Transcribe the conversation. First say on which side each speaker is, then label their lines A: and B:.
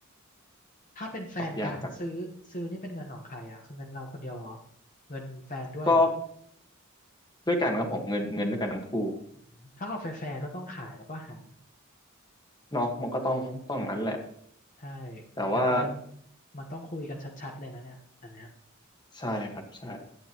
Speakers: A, on the left; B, on the left.
A: ถ้าเป็นแฟนกันซื้อซื้อนี่เป็นเงินของใครอ่ะคือเงินเราคนเดียวเหรอ
B: ตอบยากจัง
A: เงินแฟนด้วยเหรอ
B: ก็ด้วยกันครับผมเงินเงินด้วยกันทั้งคู่
A: อืมถ้าเอาแฟร์ๆก็ต้องขายแล้วก็หาร
B: เนาะมันก็ต้องต้องอย่างนั้นแหละ
A: ใช่
B: แต่ว่า
A: แต่มันมันต้องคุยกันชัดๆเลยนะเนี่ยอันเนี้ย
B: ใช่ครับใช่